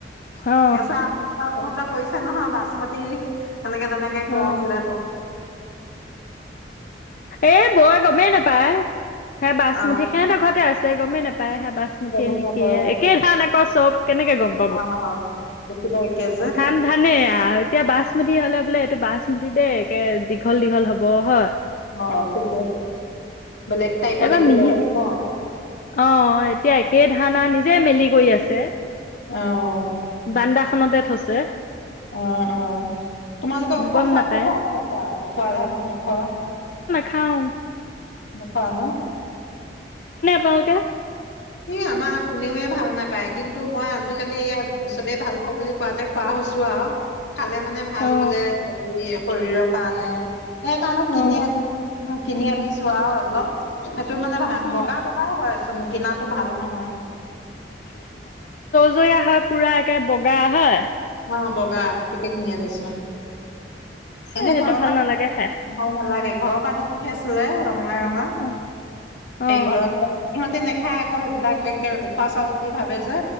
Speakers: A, on the left; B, on the left.
A: অ
B: চত সহঁত কৈছো নহয় বাচমত তেনেকে তেনেকে কোৱা
A: অ
B: আছিলে তাৰ
A: এ বৰ গমেই নাপায় সেই বাচমুঠিহে
B: অ
A: ন ঘৰতে আ ছে গমেই নাপায়হা বাছ মুঠিয়ে
B: বেলেগ
A: নে
B: মটৰ
A: কিিয় একে ধানে আকৌ চব কেনেকে গম পাব
B: অ দেখিব একে যে
A: ধান ধান এ এতিয়া বাছমুঠি হলে বোলে এইটো বাছমুঠি দেই একে দীঘল দীঘল হ'ব হয়
B: অ িক ব্লেক টাইপ
A: এবাৰ
B: দেখিলে
A: মিহি
B: ন
A: অ এতিয়া একে ধানা নিজে মেলি কৰি আছে
B: আহ
A: বান্দা খনতে থৈছে
B: অ অ তোমালোকে উখোৱা
A: গম
B: চাউলো
A: নাপায়
B: খোৱা না নোখোৱা উখোৱা ধান উওখোৱা
A: খাওঁ
B: দোকান
A: কাওঁতে
B: এ আমাৰ কোনেয়ে ভাল নাপায় কিন্তু মই আজিকালি ইয়াত চবে ভাল ভাল বুলি কোৱাতে খোৱা হয় চোৱা খালে মানে ভাল
A: অ
B: বোলে হে শৰীৰৰ কাৰণে সেই কাৰণে
A: অ
B: কিনি আনি কিনি আনিছো আৰু অলপ সেইটো মানে ভ
A: অ
B: বগা বগা হয়চোন কিনাটো ভাল নহয়
A: জয়া হয় পুৰা একে বগা হয়
B: অ বগা সেইটোকে কিনি আনিছো এনেই
A: এ সেইটো
B: ঘৰৰ
A: ভাল
B: পৰা
A: নালাগে
B: আ
A: খাই
B: ভ নালাগে ঘৰৰ প আতি পঠিয় আছিলে ৰঙা ৰঙা
A: অ অ
B: এই ঘৰতহতে খাই আকৌ সেইবিলাক উখোৱা চাউল বুলি ভাবে যে